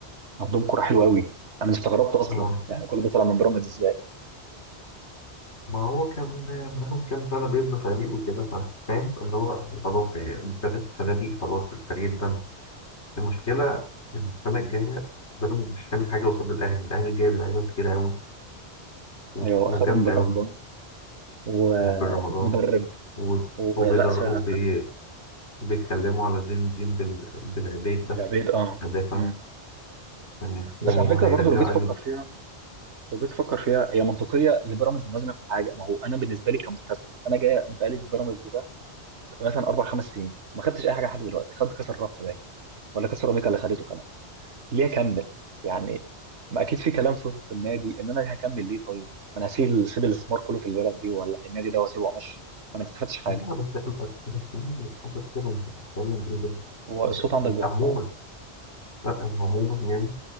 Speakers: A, on the right; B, on the left.
A: عندهم كره حلوه قوي انا استغربت اصلا
B: آه.
A: يعني كل ده طلع من بيراميدز ازاي
B: ما هو كان بقالهم كام سنة بيبني فريق وكده فا- فاهم اللي هو خلاص يعني ابتدت السنة دي خلاص الفريق ده المشكلة إن السنة الجاية بيراميدز مش هتعمل حاجة قصاد الأهلي، الأهلي جايب لعيبة كتير أوي و-
A: ايوه
B: وجامدة
A: اخرهم بالرمضان
B: أوي
A: و-
B: يعني بن رمضان
A: ومدرب
B: و-
A: ولا
B: وبيدر
A: سهل
B: وبي- وبيتكلموا على زين الدين بال- بالعبيد
A: بالعبيد
B: ده
A: اه
B: مدافع
A: مم.
B: يعني وهيرجعوا
A: بس على فكره برضو لو جيت تفكر
B: أيوب
A: فيها لو جيت تفكر فيها هي منطقيه لبيراميدز انه لازم ياخد حاجه ما هو انا بالنسبه لي كمستثمر انا جاي بقالي في بيراميدز ده مثلا اربع خمس سنين ما خدتش اي حاجه لحد دلوقتي خدت كاس الرابطه باين ولا كاس الرابطه اللي خدته كمان ليه اكمل يعني ما اكيد في كلام في, في النادي ان انا هكمل ليه طيب ما انا هسيب سيب الاستثمار كله في البلد دي ولا في النادي ده واسيبه وامشي انا ما استفدتش حاجه
B: لا بس بس بس مين اللي حصل كده أنت بتتكلم إيه ده؟
A: هو
B: أنت
A: الصوت عندك
B: أنت
A: بيقطع
B: عموما
A: أصلاً.
B: لا، هو عموما يعني